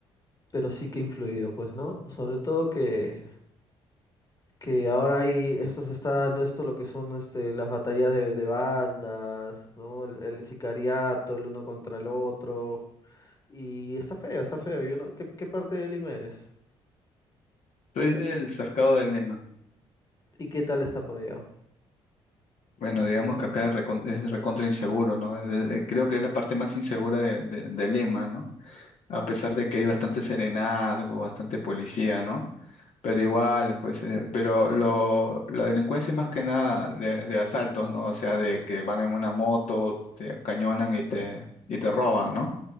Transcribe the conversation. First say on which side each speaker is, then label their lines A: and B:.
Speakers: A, on the left; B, on the left.
A: pero sí que ha influido, pues, ¿no? Sobre todo que, que ahora hay, esto se está dando esto lo que son este, las batallas de, de bandas, ¿no? El, el sicariato, el uno contra el otro, y está feo, está feo, yo no, ¿qué, qué parte de Lima eres?
B: Soy del cercado del Lema.
A: ¿Y qué tal está por allá?
B: Bueno, digamos que acá es recon- es recontra inseguro, ¿no? Es- es- creo que es la parte más insegura de, de- de Lima, ¿no? A pesar de que hay bastante serenazgo, bastante policía, ¿no? Pero igual, pues, eh, pero lo, la delincuencia es más que nada de, de asaltos, ¿no? O sea, de que van en una moto, te cañonan y te, y te roban, ¿no?